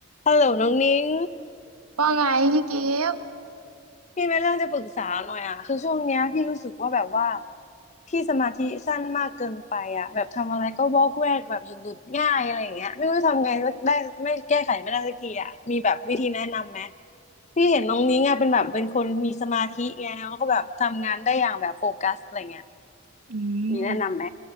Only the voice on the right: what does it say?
ว่าไงพี่กิฟต์
อืม